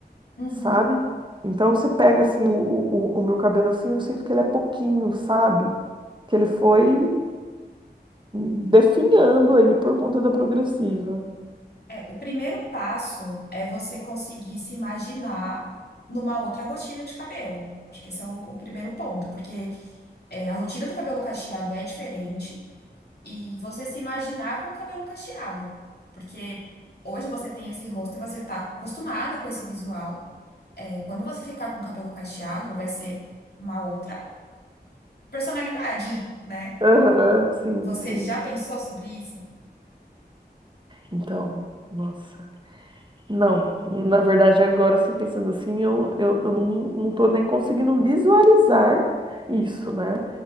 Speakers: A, on the left; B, on the right.
A: Uhum.
B: sabe? Então você pega assim o, o, o meu cabelo assim, eu sinto que ele é pouquinho, sabe? Que ele foi definhando aí por conta da progressiva.
A: É, o primeiro passo é você conseguir se imaginar numa outra rotina de cabelo. Acho que esse é o, o primeiro ponto, porque é, a rotina do cabelo cacheado é diferente e você se imaginar com o cabelo cacheado, porque hoje você tem esse rosto e você está acostumada com esse visual. É, quando você ficar com o cabelo cacheado, vai ser uma outra personalidade, né?
B: Aham, sim,
A: Você
B: sim.
A: já pensou sobre isso?
B: Então, nossa. Não, na verdade, agora assim, pensando assim, eu, eu, eu não, não tô nem conseguindo visualizar isso, né?